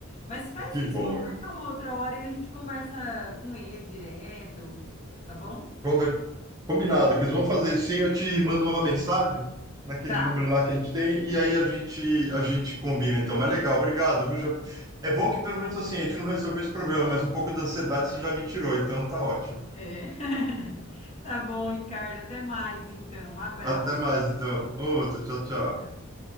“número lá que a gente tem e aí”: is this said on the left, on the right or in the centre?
Right